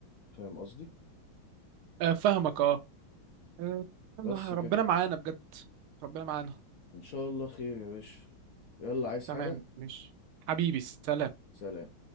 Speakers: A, on the left; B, on the right.
A: فاهم قصدي
B: آه، فاهمك اه آه، يلا
A: بس
B: ربنا
A: كده
B: معانا بجد ربنا معانا
A: ان شاء الله خير يا باشا يلا عايز
B: تمام
A: حاجة
B: مش حبيبي سلام
A: سلام